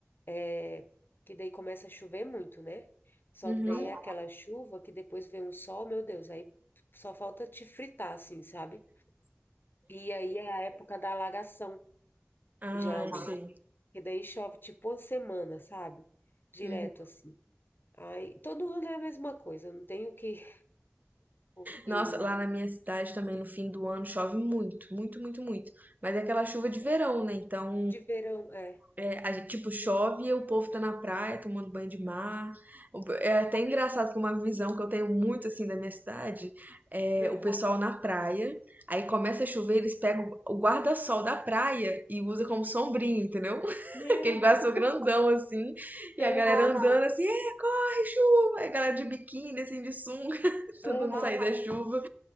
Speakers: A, on the left; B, on the right.
A: é, que daí começa a chover muito, né? Só
B: Uhum.
A: que daí é aquela chuva que depois vem um sol, meu Deus, aí só falta te fritar, assim, sabe? E aí é a época da alagação,
B: Ah,
A: geralmente.
B: sei.
A: E daí chove tipo uma semana, sabe? Direto,
B: Uhum.
A: assim. Aí, todo ano é a mesma coisa, não tem o que, o que...
B: Nossa, lá na minha cidade também no fim do ano chove muito, muito, muito, muito. Mas é aquela chuva de verão, né? Então,
A: De verão, é.
B: é, a gente, tipo, chove e o povo tá na praia tomando banho de mar. O pe- É até engraçado que uma visão que eu tenho muito, assim, da minha cidade é
A: Aham.
B: o pessoal na praia. Aí começa a chover, eles pegam o guarda-sol da praia e usa como sombrinha, entendeu? <laughs>
A: Meu
B: Aquele guarda-sol
A: Deus.
B: grandão, assim. E a
A: Aham,
B: galera andando assim, ai, chuva! Aí a galera de biquíni, assim, de sunga, <laughs> tentando
A: aham.
B: sair da chuva.